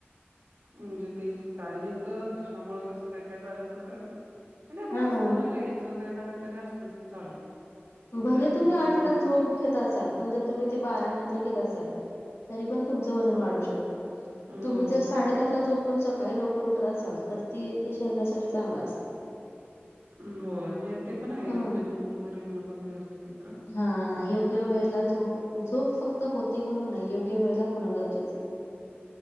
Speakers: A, on the right (about 60°); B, on the left (about 85°).
A: म्हणजे तेच, काय नेमकं, कशामुंळ, कसं, काय-काय झालं, पण कळ त आपलं
B: हा
A: असतं ना लेडीच, काहीना काही तरी असतच की, चालू. डोक्यात
B: भले तुम्ही,
A: मग
B: आठ
A: हां.
B: तास झोप घेत असाल, पण जर तुम्ही, ते बारा नंतर घेत असाल, तरी पण तुमचं वजन वाढू शकत.
A: हो.
B: तुम्ही जर साडे दहाला जो पुण सकाळी लवकर उठत असाल, तर ते, ते शरीरासाठी चांगलं असतं.
A: हो नाही ते पण आहे
B: हम्म.
A: योग्य झोप वगैरे होन पण व्यवस्थित आहे खरं,
B: हा योग्य वेळेला झोप झोप फक्त होत ते म्हणून नाही योग्य वेळेला होणं गरजेचं आहे.